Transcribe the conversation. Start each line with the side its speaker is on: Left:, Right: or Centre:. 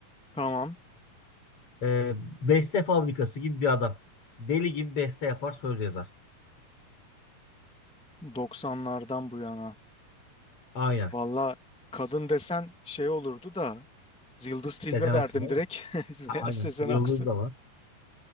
Centre: Tamam.
Left: Ee, beste fabrikası gibi bir adam. Deli gibi beste yapar, söz yazar.
Centre: 90'lardan bu yana.
Left: Aynen.
Centre: Valla kadın desen şey olurdu da Yıldız Tilbe
Left: Sezen
Centre: derdim
Left: Aksu değil
Centre: direkt.
Left: mi?
Centre: <laughs>
Left: Ha,
Centre: Veya
Left: Aynen.
Centre: Sezen
Left: Yıldız
Centre: Aksu.
Left: da var.